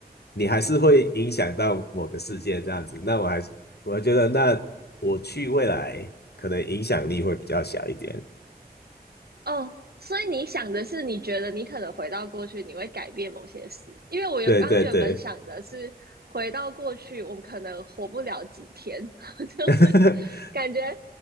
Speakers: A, on the left; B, on the right.
A: 你还是会影响到某个世界这样子。那我还是我觉得，那我去未来可能影响力会比较小一点。
B: 哦，所以你想的是，你觉得你可能回到过去，你会改变某些事。因为我原刚刚原本想的是，
A: 对对对，
B: 回到过去，我们可能活不了几天，<laughs> 就是
A: <laughs>
B: 感觉